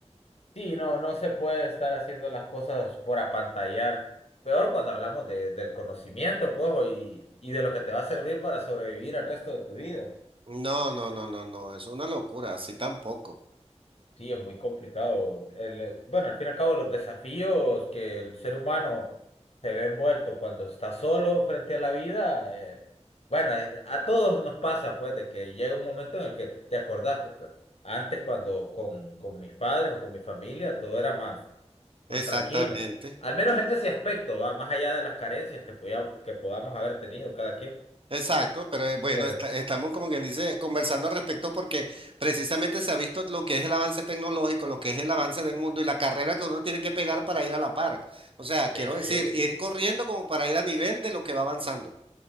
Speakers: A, on the left (about 65°); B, on the right (about 50°).
A: Sí, no, no se puede estar haciendo las cosas por apantallar. Peor cuando hablamos de, del conocimiento, pues, o y, y de lo que te va a servir para sobrevivir el resto de tu vida.
B: No, no, no, no, no, es una locura, así tampoco.
A: Sí, es muy complicado. El, eh, bueno, al fin y al cabo, los desafíos que el ser humano se ve envuelto cuando está solo frente a la vida, eh, bueno, es- a todos nos pasa, pues, de que llega un momento en el que te acordás, puta, antes cuando con, con mis padres o con mi familia, todo era más. más
B: Exactamente.
A: tranquilo. Al menos en ese aspecto, va más allá de las carencias que, podía que podamos haber tenido cada quien.
B: Exacto, pero eh, bueno,
A: Pero
B: esta- estamos como quien dice conversando al respecto porque precisamente se ha visto lo que es el avance tecnológico, lo que es el avance del mundo y la carrera que uno tiene que pegar para ir a la par. O sea, quiero
A: sí, sí,
B: decir, ir corriendo como para ir a nivel de lo que va avanzando.